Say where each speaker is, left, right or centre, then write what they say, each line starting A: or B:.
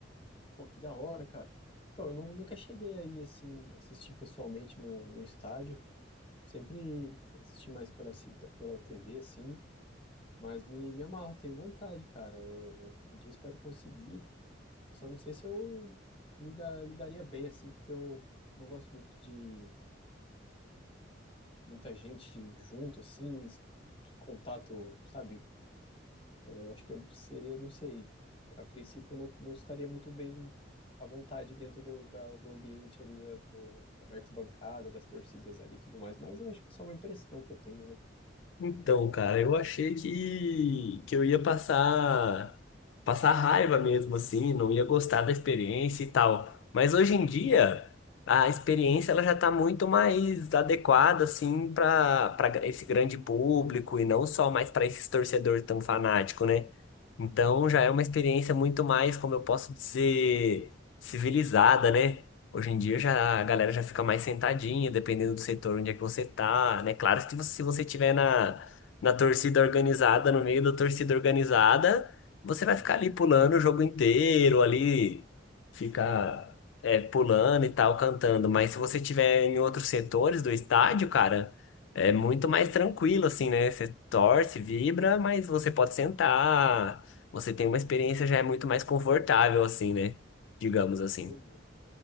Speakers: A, on the left (about 30°); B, on the left (about 80°).
A: Pô, que da hora, cara. Então, eu nu- nunca cheguei aí, assim, assistir pessoalmente no, no estádio. Sempre assisti mais pela, cida- pela TV, assim. Mas me, me amarro, tenho vontade, cara. É, um dia espero conseguir. Eu só não sei se eu me dá, lidaria bem, assim, porque eu não gosto muito de muita gente junto, assim, es- contato, sabe? Eu acho que seria, não sei, a princípio eu não, não estaria muito bem à vontade dentro do, da- do ambiente ali da, do- da arquibancada, das torcidas ali e tudo mais, mas eu acho que é só uma impressão que eu tenho, né?
B: Então, cara, eu achei que, que eu ia passar passar raiva mesmo, assim, não ia gostar da experiência e tal. Mas hoje em dia, a experiência ela já está muito mais adequada, assim, para para esse grande público e não só mais para esses torcedores tão fanáticos, né? Então, já é uma experiência muito mais, como eu posso dizer, civilizada, né? Hoje em dia já, a galera já fica mais sentadinha, dependendo do setor onde é que você tá, né? Claro que você- se você tiver na, na torcida organizada, no meio da torcida organizada, você vai ficar ali pulando o jogo inteiro, ali ficar é, pulando e tal, cantando. Mas se você tiver em outros setores do estádio, cara, é muito mais tranquilo, assim, né? Você torce, vibra, mas você pode sentar, você tem uma experiência já é muito mais confortável, assim, né? Digamos assim.
A: Do-